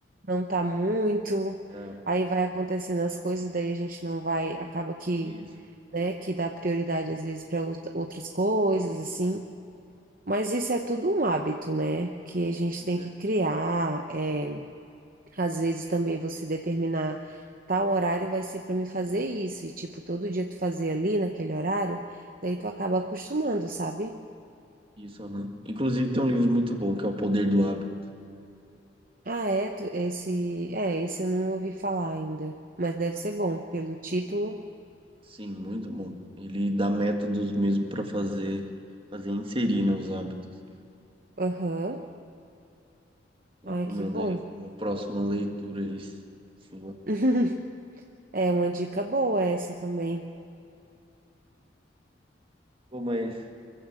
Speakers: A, on the right; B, on the right.
A: não tá muito.
B: É,
A: Aí vai acontecendo as coisas, daí a gente não vai, acaba que,
B: isso,
A: né, que dá prioridade às vezes para outras coisas, assim. Mas isso é tudo um hábito, né? Que a gente
B: com
A: tem
B: certeza.
A: que criar. é. Às vezes também você determinar tal horário vai ser para me fazer isso, e tipo, todo dia tu fazer ali naquele horário, daí tu acaba acostumando, sabe?
B: Isso, aham. Inclusive tem um livro muito bom que é O Poder do Hábito.
A: Ah, é, tu- esse, é, esse eu não ouvi falar ainda, mas deve ser bom, pelo título.
B: Sim, muito bom. Ele dá métodos mesmo para fazer, fazer inserir, né, os hábitos.
A: Aham.
B: Recomendo
A: Ai, que bom.
B: aí como próxima leitura isso. Sua.
A: <laughs> É uma dica boa essa também.
B: Pô, mas